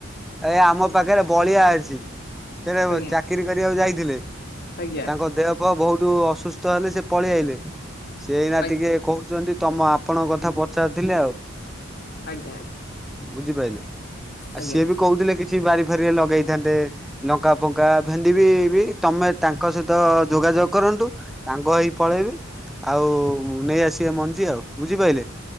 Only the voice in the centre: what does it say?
ଏ ଆମ ପାଖରେ ବଳିଆ ଅଛି ସେଟି
ଚା ଚାକିରି କରିବାକୁ ଯାଇଥିଲେ
ତାଙ୍କ ଦେହ ପୁଅ ବହୁତ୍ ଅସୁସ୍ଥ ହେଲେ ସେ ପଳେଇ ଆଇଲେ ସେଇନା
ଟିକେ କହୁଛନ୍ତି ତମ ଆପଣଙ୍କ କଥା ପଚାରୁଥିଲେ ଆଉ।
ବୁଝିପାରିଲେ ଆଉ
ସିଏ ବି କହୁଥିଲେ କିଛି ବାରି ଫାରିରେ ଲଗେଇଥାନ୍ତେ। ଲଙ୍କା ଫଙ୍କା ଭେଡିିବି ବି ତମେ ତାଙ୍କ ସହିତ ଯୋଗାଯୋଗ କରନ୍ତୁ। ସାଙ୍ଗ ହେଇକି ପଳେଇବି ଆଉ ନେଇ ଆସିବେ ମଞ୍ଜି ଆଉ ବୁଝିପାରିଲେ?